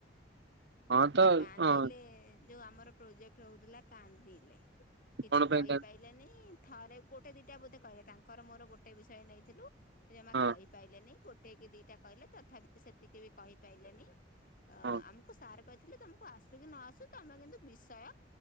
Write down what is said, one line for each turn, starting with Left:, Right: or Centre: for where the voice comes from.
Right: ହଁ ତ
Left: କାନ୍ଦିଲେ
Right: ହଁ
Left: ଯୋଉ ଆମର ପ୍ରୋଜେକ୍ଟ ହଉଥିଲା କାନ୍ଦିଲେ କିଛି
Right: କଣ ପାଇଁ
Left: କହିପାଇ
Right: କା
Left: ଲେନି ଥରେ ଗୋଟେ ଦିଟା ବୋଧେ କହିଲେ ତାଙ୍କର ମୋର ଗୋଟେ ବିଷୟ ନେଇଥିଲୁ ଯେମା
Right: ହଁ
Left: କହ ପାଇଲେନି ଗୋଟେ କି ଦିଟା କହିଲେ ତଥାପି ସେତିକି ବି କହିପାରଲେନି ଅ
Right: ହଁ
Left: ଆମକୁ ସାର୍ କହିଥିଲି ତମକୁ ଆସୁ କି ନ ଆସୁ ତମେ କିନ୍ତୁ ବିଷୟ